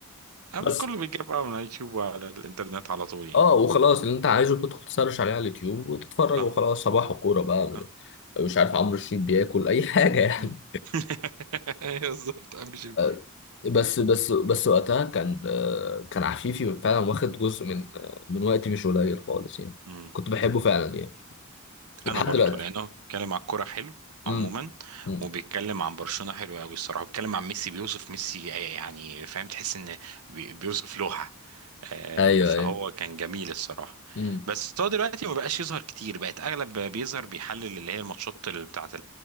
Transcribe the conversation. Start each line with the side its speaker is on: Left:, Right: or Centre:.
Right: اما
Left: بس
Right: كله بيجيب بقى من على اليوتيوب وعلى الانترنت على طول يعني
Left: اه وخلاص اللي انت عايزه بتدخل تسرش عليه على اليوتيوب وتتفرج
Right: صح
Left: وخلاص صباح وكوره بقى
Right: صح
Left: مش عارف عمرو الشريف بياكل اي <laughs> حاجه يعني
Right: مم. <laughs> ايوه بالظبط عامل شبه
Left: آه، بس بس بس وقتها كان آه، كان عفيفي فعلا واخد جزء من آه، من وقتي مش قليل خالص يعني
Right: مم.
Left: كنت بحبه فعلا يعني ولحد
Right: انا برضو
Left: دلوقتي
Right: لانه بيتكلم على الكوره حلو عموما
Left: امم أمم.
Right: وبيتكلم عن برشلونه حلو قوي الصراحه بيتكلم عن ميسي بيوصف ميسي يعني فاهم تحس ان بي- بيوصف لوحه آه،
Left: ايوه
Right: فهو
Left: ايوه
Right: كان جميل الصراحه
Left: امم
Right: بس هو دلوقتي ما بقاش يظهر كتير بقت اغلب بيظهر بيحلل اللي هي الماتشات اللي بتاعت